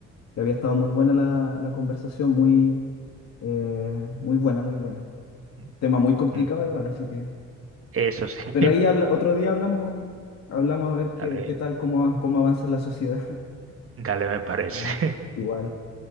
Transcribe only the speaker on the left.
que había estado muy buena la, la conversación, muy, eh, muy buena, muy buena.
Tema muy complicado
igual, así que.
Pero ahí habla, otro día hablamos, hablamos a ver qué,
qué tal, cómo, cómo avanza la sociedad. <laughs>
Ya,
igual.